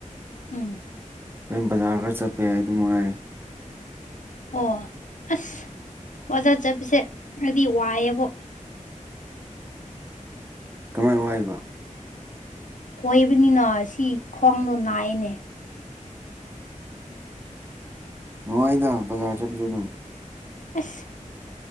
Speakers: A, on the left; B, on the right.
A: ꯎꯝ
B: ꯍꯣꯔꯦꯟ ꯕꯖꯥꯔ ꯈꯔ ꯆꯠꯄ ꯌꯥꯏ ꯑꯗꯨꯃ ꯉꯥꯏ
A: ꯑꯣ ꯑꯁ ꯕꯖꯥ ꯆꯠꯄꯁꯦ ꯑꯩꯗꯤ ꯋꯥꯏꯑꯦꯕꯣ
B: ꯀꯃꯥꯏ ꯋꯥꯏꯕ
A: ꯀꯣꯏꯕꯅꯤꯅ ꯁꯤ ꯈꯣꯡꯗꯣ ꯅꯥꯏꯅꯦ
B: ꯅꯨꯉꯥꯏꯗ ꯕꯖꯥꯔ ꯆꯠꯄꯁꯨ ꯗꯨꯝ
A: ꯑꯁ